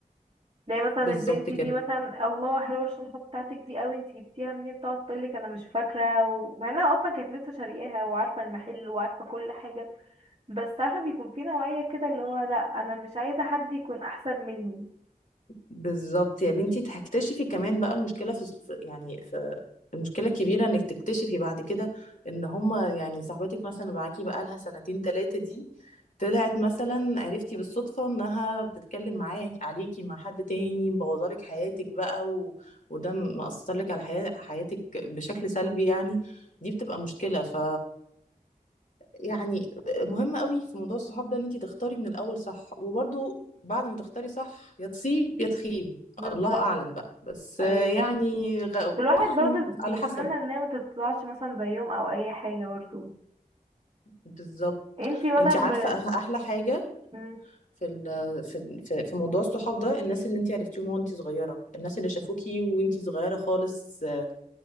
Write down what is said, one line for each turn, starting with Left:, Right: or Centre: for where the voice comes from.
Right: تلاقي مثلا
Left: بالظبط
Right: البنت
Left: كده
Right: دي مثلا الله حلوة الشنطة بتاعتك دي قوي انتي جبتيها منين تقعد تقولك انا مش فاكرة ومع انها اصلا كانت لسه شارياها وعارفة المحل وعارفة كل حاجة بس عارفة بيكون في نوعية كده اللي هو لا انا مش عايزة حد يكون احسن مني
Left: بالظبط يا بنتي هتكتشفي كمان بقى المشكله في في- يعني في المشكله الكبيره انك تكتشفي بعد كده ان هما يعني صاحبتك مثلا اللي معاكي بقى لها سنتين ثلاثه دي طلعت مثلا عرفتي بالصدفه انها بتتكلم معاك عليكي مع حد تاني مبوظالك حياتك بقى و... وده مأثر لك على حياة... حياتك بشكل سلبي يعني دي بتبقى مشكله ف يعني مهم قوي في موضوع الصحاب ده ان انت تختاري من الاول صح وبرضه بعد ما تختاري صح يا تصيب يا تخيب
Right: بالظبط
Left: الله اعلم بقى بس آه،
Right: ايوه
Left: يعني غ...
Right: الواحد
Left: يعني
Right: برضه بيتمنى
Left: على حسب
Right: ان هي ما تطلعش مثلا زيهم او اي حاجه برضه
Left: بالظبط
Right: انتي مثلا
Left: انت عارفه
Right: ب...
Left: أه- احلى حاجه
Right: مم،
Left: في ال... في ال- في في موضوع الصحاب ده الناس اللي انت عرفتيهم وانت صغيره الناس اللي شافوكي وانت صغيره خالص آه،